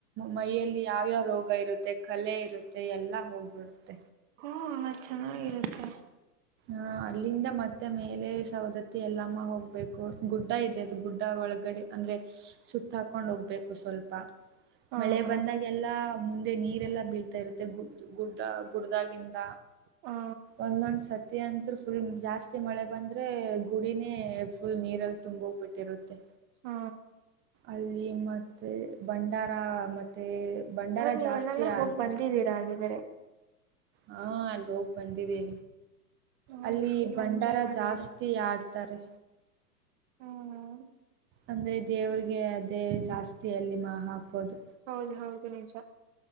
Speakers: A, on the right (about 25°); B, on the right (about 50°).
A: ಮೈಯಲ್ಲಿ ಯಾವ್ಯಾವ ರೋಗ ಇರುತ್ತೆ ಕಲೆ ಮತ್ತೆ ಎಲ್ಲಾ ಹೋಗ ತ್ತ
B: ಹಾ ಚೆನ್ನಾಗಿರುತ್ತೆ
A: ಹ ಅಲ್ಲಿಂದ ಮತ್ತೆ ಮೇಲೆ ಸೌದತ್ತಿ ಎಲ್ಲಮ್ಮ ಹೋಗ್ಬೇಕು ಗುಡ್ಡ ಇದೆ ಅದು ಗುಡ್ಡ ಒಳಗಡೆ ಅಂದ್ರೆ ಸುತ್ತಾಕೊಂಡು ಹೋಗ್ಬೇಕು ಸ್ವಲ್ಪ
B: ಹಾ
A: ಮಳೆ
B: ಹಾ
A: ಬಂದಾಗ ಎಲ್ಲಾ ಮುಂದೆ ನೀರೆಲ್ಲ ಬೀಳ್ತಾ ಇರುತ್ತೆ ಗುಡ್ಡ ಗುಡ್ದಾಗಿಂದ
B: ಹಾ
A: ಒಂದೊಂದ್ ಸತಿ ಮಧ್ಯಾಹ್ನಂತು ಫುಲ್ ಜಾಸ್ತಿ ಮಳೆ ಬಂದ್ರೆ ಗುಡಿನೇ ಫುಲ್ ನೀರಲ್ಲಿ ತುಂಬಿಹೋಗಿರುತ್ತೆ
B: ಹ
A: ಅಲ್ಲಿ ಮತ್ತು ಅಲ್ಲಿ ಭಂಡಾರ
B: ಹಂಗಾದ್ರೆ
A: ಮತ್ತೆ ಭಂಡಾರ
B: ನೀವೆಲ್ಲೆಲ್ಲಾ
A: ಜಾಸ್ತಿ
B: ಹೋಗ್
A: ಆಡ್ತಾರೆ
B: ಬಂದಿದ್ದೀರಾ ಹಾಗಿದ್ರೆ
A: ಹಾ ಅಲ್ಲಿ ಹೋಗಿ ಬಂದಿದ್ದೇವಿ
B: ಹಂಗಾದ್ರೆ
A: ಅಲ್ಲಿ
B: ಫುಲ್
A: ಭಂಡಾರ
B: ಎಂಜಾಯ್ ಮಾಡಿದೀರಾ
A: ಜಾಸ್ತಿ ಆಡ್ತಾರೆ
B: ಹ್ಮ್
A: ಅಂದ್ರೆ ದೇವ್ರಿಗೆ ಅದೇ ಜಾಸ್ತಿ ಅಲ್ಲಿ ಮಾ ಹಾಕೋದು
B: ಹೌದು ಹೌದು ನಿಜಾ